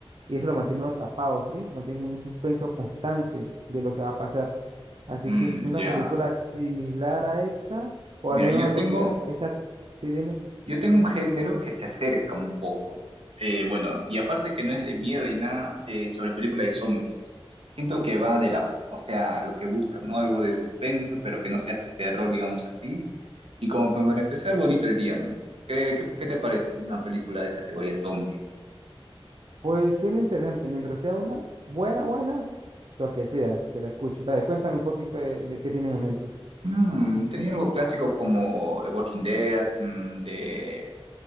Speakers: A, on the right; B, on the right.
A: y eso lo mantiene uno atrapado, ¿sí? Mantiene como un suspenso constante de lo que va a pasar. Así
B: Mm,
A: que si tiene
B: ya.
A: una película similar a esa, o
B: Mira,
A: al menos
B: yo
A: algo,
B: tengo,
A: que tú digas, esta, sí, dime,
B: yo tengo un género que se acerca un poco. Eh, bueno, y aparte que no es de miedo y nada, eh, sobre película de zombies. Siento que va de la, o sea, lo que buscas, ¿no? Algo de suspenso, pero que no sea terror, digamos así. Y como pues, para empezar, bonito el día, ¿no? ¿Qué, qué, qué te parece una película de categoría zombie?
A: pues suena interesante, mientras sea una buena, buena, lo que sea, se la escucho. Dale, cuéntame un poquito de, de qué tienes en mente.
B: Mm, tenía algo clásico como The Walking Dead, mm, de